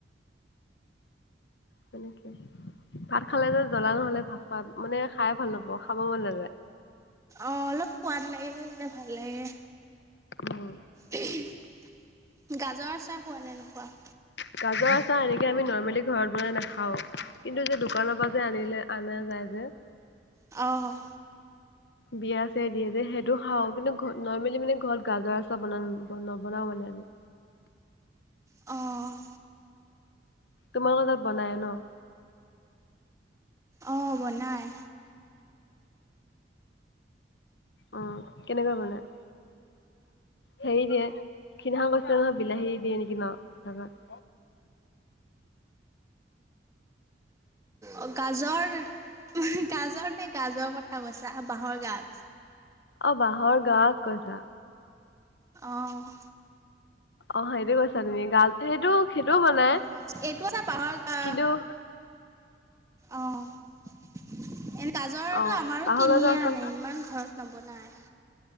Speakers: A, on the left; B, on the right.
A: তেনেকে, ভাত খালে যে জ্বলা নহলে ভাত খাত মানে খাই ভাল নাপাওঁ খাব মন নাযায়।
B: অঁ অলপ সোৱাদ লাগিলে তেতিয়া ভাল লাগে।
A: উম'
B: গাজৰ আচাৰ খোৱা নে নোখোৱা?
A: গাজৰ আচাৰ এনেকে আমি নৰ্মেলি ঘৰত বনাই নাখাওঁ কিন্তু যে দোকানৰ পৰা যে আনিলে আনা যায় যে
B: অ'
A: বিয়া চিয়াই দিয়ে যে হেইট টো খাও কিন্তু ঘ নৰ্মেলি মানে ঘৰত গাজৰ আচাৰ বন নবনাও মানে আমি
B: অ'
A: তোমালোকৰ তাত বনাই ন
B: অ' বনায়
A: অ' কেনেকুৱা বনায় হেৰি দিয়ে সিদনাখন কৈছে নহয় বিলাহী দিয়ে নেকি ন গাজৰত
B: অ গাজৰ গাজৰ নে গাজৰ কথা কৈছা বাঁহৰ গাজ
A: অ বাঁহৰ গাজ কৈছা
B: অ'
A: অ' সেইটো কৈছা তুমি গাজ সেইটো সেইটোও বনাই
B: বাঁহৰ গাজ এইটো এটা বাঁহৰ গা
A: কিন্তু
B: অ' এনে গাজৰৰটো
A: অ
B: আমাৰো
A: বাঁহৰ
B: কিনিয়ে
A: গাজৰ আছে
B: আনে ইমান ঘৰত নবনায়।